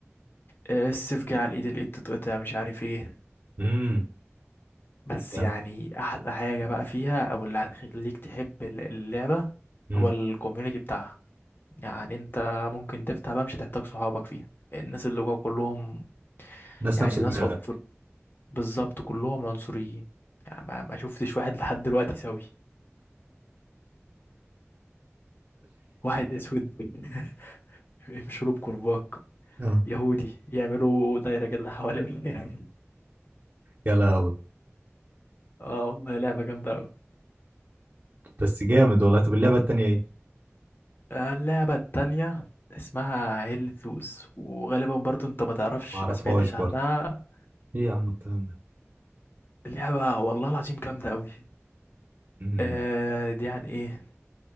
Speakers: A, on the left (about 50°); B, on the right (about 45°).
A: السيف جه على الايد الايد تتقطع مش عارف ايه
B: امم
A: بس
B: جامد.
A: يعني احلى حاجة بقى فيها او اللي هتخليك تحب الل- اللعبة
B: امم
A: هو الكوميونتي بتاعها يعني انت ممكن تفتح بقى مش هتحتاج صحابك فيها الناس اللي جوا كلهم
B: ناس
A: يعني
B: نفس
A: ناس
B: دماغك
A: عنصر بالظبط كلهم عنصريين يعني ما, ما شفتش واحد لحد دلوقتي سوي واحد اسود <laughs> مشروب كرباج
B: اه
A: يهودي يعملوا دايرة كده حوالين
B: يا لهوي
A: <laughs> اه والله لعبة جامدة أوي
B: بس جامد والله طب اللعبه التانية ايه
A: آه، اللعبة التانية اسمها هيل ثوس وغالبا برضو انت ما تعرفش
B: ما اعرفهاش
A: ما سمعتش
B: برضو
A: عنها
B: ايه يا عم الكلام ده
A: اللعبة والله العظيم جامدة قوي
B: امم
A: آه دي عن ايه